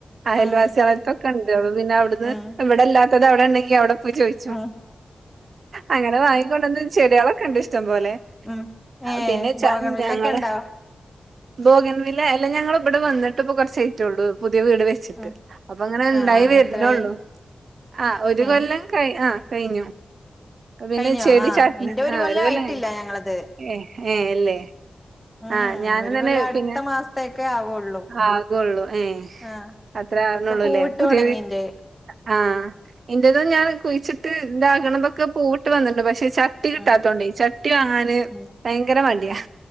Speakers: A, on the right; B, in the centre.
A: അയൽവാസികളെഡ്ത്തൊക്കെ
B: ഉം
A: ഉണ്ട് അയൽവാസികളടുത്തൊക്കെണ്ട് അപ്പം പിന്നെ അവിടുന്ന്
B: ഉം ഉം
A: ഇവിടെല്ലാത്തത് അവിടെണ്ടെങ്കി അവിടെ പോയി ചോദി
B: ആഹ്
A: അങ്ങനെ വാങ്ങിക്കൊണ്ടന്ന് ചെടിളൊക്കെണ്ട് ഇഷ്ടം പോലെ.
B: ഉം
A: ആഹ്
B: ഏഹ്
A: പിന്നെ ചാ
B: ബോഗൺവില്ലൊക്കെ
A: ഞങ്ങള്.
B: ഉണ്ടോ
A: ബോഗൻ വില്ല അല്ല ഞങ്ങൾ ഇബടെ വന്നിട്ട് ഇപ്പ കുറച്ചായിറ്റുള്ളൂ പുതിയ വീട് വെ ച്ചിട്ട്
B: ഉം
A: അപ്പ ങ്ങനെ ഇണ്ടായി
B: ആഹ് ആഹ്
A: വരുന്നേള്ളൂ
B: എത്രായി
A: ആഹ് ഒരു
B: ഏഹ്
A: കൊല്ലം കയി ആഹ് കഴിഞ്ഞു പിന്നെ
B: കഴിഞ്ഞോ
A: ചെടി
B: ആഹ്
A: ചട്
B: ഇന്റെ
A: ആഹ് ഒരു കൊല്ലം
B: ആയിട്ടില്ല
A: കഴിഞ്ഞു
B: ഞങ്ങളത്
A: ഏ ഏ അല്ലേ
B: ഉം
A: ആഹ് ഞാനും
B: ഒരു
A: തന്നെ
B: കൊല്ലം അടുത്ത
A: പിന്നെ
B: മാസത്തേക്കെ ആവുള്ളൂ
A: ആകേള്ളൂ. ഏ
B: ആഹ്
A: അത്രേ ആകുന്നുള്ളൂല്ലേ
B: ഒക്കെ പൂവിട്ട്
A: പുതിയ
B: തുടങ്ങിന്റെ
A: വീ ആഹ് ഇന്റേതും ഞാൻ കുഴിച്ചിട്ട് ഇതാകണതൊക്കെ പൂവിട്ട് വന്നിണ്ട്. പക്ഷെ ച ട്ടി കിട്ടാത്തോണ്ടേ
B: ഉം
A: ചട്ടി വാങ്ങാന്
B: ഉം
A: ഭയങ്കര മടിയാ
B: ഉം